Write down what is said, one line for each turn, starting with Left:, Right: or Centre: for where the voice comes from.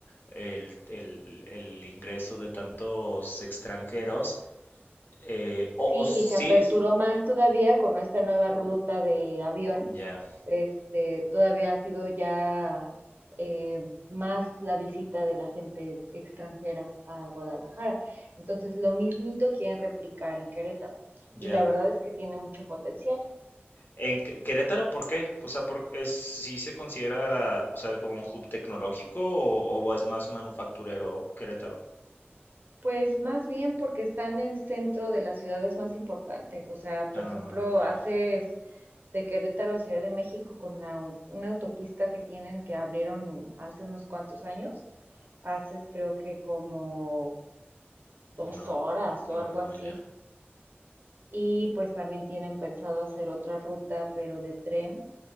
Left: el, el- el ingreso de tantos extranjeros. eh, o,
Right: Sí,
Left: o sí,
Right: y se aperturó más todavía con esta nueva ruta de avión.
Left: ya,
Right: Este, todavía ha sido ya eh, más la visita de la gente extranjera a Guadalajara. Entonces, lo mismito quieren replicar en Querétaro.
Left: ya.
Right: Y la verdad es que tiene mucho potencial.
Left: En Qué- Querétaro, ¿por qué? O sea, por, es, ¿sí se considera, o sea, como un hub tecnológico o, o es más manufacturero Querétaro?
Right: Pues más bien porque está en el centro de las ciudades más importantes. O sea, por
Left: Ah,
Right: ejemplo,
Left: ya,
Right: haces de Querétaro a Ciudad de México con la- una autopista que tienen que abrieron hace unos cuantos años haces creo que como dos
Left: una,
Right: horas
Left: o-
Right: o
Left: ah,
Right: algo así.
Left: ya.
Right: Y pues también tienen pensado hacer otra ruta, pero de tren,